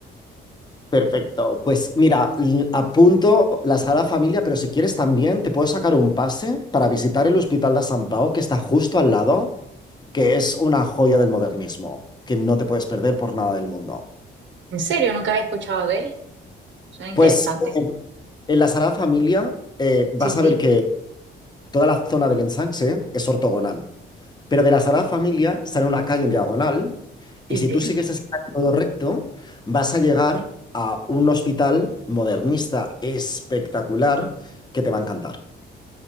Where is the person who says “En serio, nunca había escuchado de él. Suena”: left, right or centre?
Right